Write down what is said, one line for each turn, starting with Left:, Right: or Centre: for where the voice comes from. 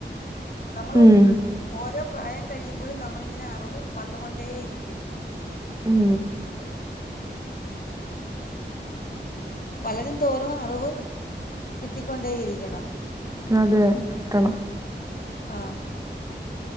Left: നമ്മളൊ
Right: ഉം
Left: പ്രായം കഴിയുമ്പോഴും ന്നമ്മളിങ്ങനെ അറിവ് വന്ന്കൊണ്ടേയിരിക്കും.
Right: ഉം
Left: വളരും തോറും അറിവ് കിട്ടിക്കൊണ്ടേയിരിക്കണം.
Right: അതേ കിട്ടണം
Left: ആഹ്